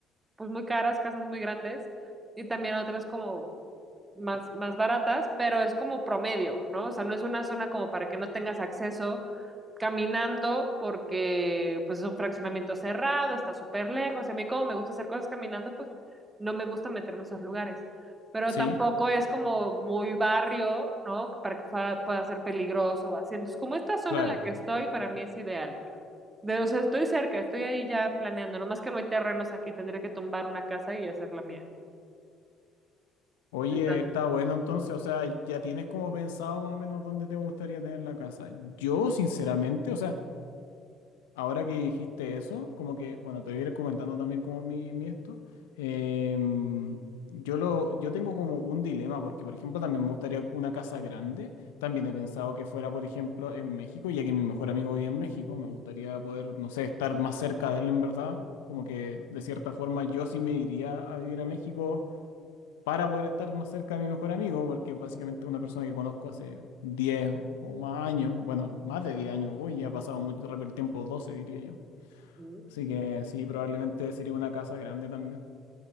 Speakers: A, on the right; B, on the left.
A: pues muy caras, casas muy grandes y también otras como más, más baratas, pero es como promedio, ¿no? O sea, no es una zona como para que no tengas acceso caminando porque pues es un fraccionamiento cerrado, está súper lejos. Y a mí como me gusta hacer cosas caminando, pues no me gusta meterme en esos lugares. Pero
B: Sí,
A: tampoco es como muy barrio, ¿no? Para que fa- pueda ser peligroso o así. Entonces, como esta zona
B: claro.
A: en la que estoy, para mí es ideal. De, o sea, estoy cerca, estoy ahí ya planeando. Nomás que no hay terrenos aquí, tendría que tumbar una casa y hacer la mía.
B: Oye,
A: Entonces,
B: está bueno entonces, o sea, ya tienes como pensado más o menos dónde te gustaría tener la casa. Yo, sinceramente, o sea, Ahora que dijiste eso, como que, bueno, te voy a ir comentando también como mi, mi esto. Em, yo lo, yo tengo como un dilema, porque por ejemplo también me gustaría una casa grande. También he pensado que fuera, por ejemplo, en México, ya que mi mejor amigo vive en México, me gustaría poder, no sé, estar más cerca de él en verdad. Como que de cierta forma yo sí me iría a vivir a México para poder estar más cerca de mi mejor amigo, porque es básicamente una persona que conozco hace 10 o más años, bueno, más de 10 años, hoy ya ha pasado muy rápido el tiempo, 12 diría yo.
A: mm,
B: Así que sí, probablemente sería una casa grande también.